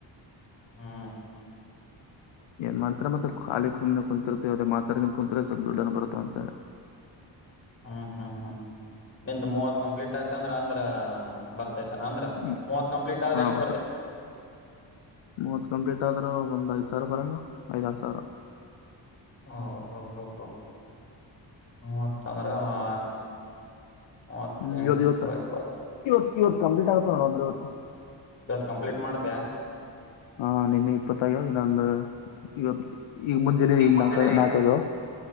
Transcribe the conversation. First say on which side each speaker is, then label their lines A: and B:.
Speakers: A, on the left; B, on the left.
A: ಹೂ
B: ಏನ್ ಮಾಡತಿರ ಮತ್ತೆ ಖಾಲಿ ಸುಮ್ನೆ ಕುಂತಿರ್ತೀವಿ, ಅದೇ ಮಾತಾಡಗಂಡ್ ಕುಂತರ ಸ್ವಲ್ಪ್ ದುಡ್ಡನ ಬರುತಾವ ಅಂತಾಳೆ.
A: ಹ್ಮ್ ಹ್ಮ್ ಹ್ಮ್, ನಿನ್ದ್ ಮೂವತ್ ಕಂಪ್ಲೀಟ್ ಆಯ್ತ ಅಂದ್ರೆ ಅಂದ್ರ ಬರ್ತೈತಿ ಅಂದ್ರ
B: ಹ್ಮ್
A: ಮೂವತ್ ಕಂಪ್ಲೀಟ್ ಆದ್ರ
B: ಹ
A: ಎಷ್ಟ್
B: ಹೊಸ ಮೂವತ್ತ ಕಂಪ್ಲೀಟ್ ಆದ್ರ ಒಂದ. ಸಾವಿರ ಬರಲ್ಲ ಐದಾರ ಸಾವಿರ.
A: ಹ ಓಹೋ ಹೊ ಮೂವತ್ತ ಅಂದ್ರ ಆ. ಮೂವತ್ತ
B: ಹ್ಮ್
A: ಇಂಟು
B: ಇವತ್
A: ಐವತ್ತು.
B: ಇವತ್ ಇವತ್ತ ಕಂಪ್ಲೀಟ್ ಆಗ್ತದ ಅಂದ್ರ ಇವತ್ತ.
A: ಇವತ್ ಕಂಪ್ಲೀಟ್ ಮಾಡ್ತೀಯಾ
B: ಹಾ ನಿನ್ನೆ ಇಪ್ಪತ್ತ ಆಗ್ಯಾವ ಇನ್ನೊಂದ ಇವತ್ತ ಈಗ ಮುಂಜಾನೆ
A: ಈಗ ಮುಂಜೆಲೆ
B: ನಾಕ ನಾಕ ಆಗ್ಯಾವ.